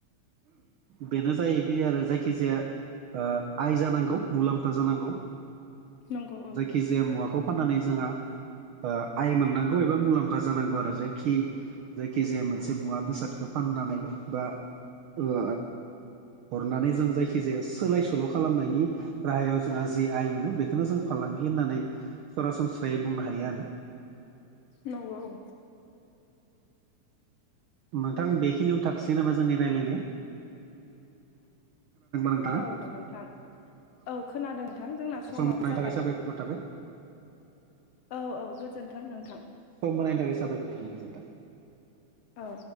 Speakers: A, on the right (about 85°); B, on the left (about 70°).
A: बेनो जायोदि आरो जायखिजाया ओ आइ जानांगौ मुलाम्फा जानांगौ
B: नंगौ औ
A: जायखिजाया मुवाखौ फाननानै जोंहा आइ मोननांगौ एबा मुलाम्फ फा जानांगौ आरो जायखि जायखिजाया मोनसे मुवा बेसादखौ फाननानै बा ओ हरनानै जों जायखि खि जाया सोलाय सोल' खालामनायनि राहायाव जोंहा जे आइ मोनो बेखौनो जों फालांगि गि होननानै सरासनस्रायै बुंनो हायो आरो।
B: नंगौ औ
A: नोंथां बेखिनियावनो थाथोसै नामा जोंनि रायज्लायनाया? नोंथाङा?
B: औ दे नोंथां औ खोनादों नोंथां जोंना समाबो
A: सम होनायनि
B: जाबाय।
A: थाखाय साबायखर थाबाय
B: औ औ गोजोन्थों नोंथां।
A: सम होनायनि थाखाय साबायखर थाबाय गोजोन्थों।
B: औ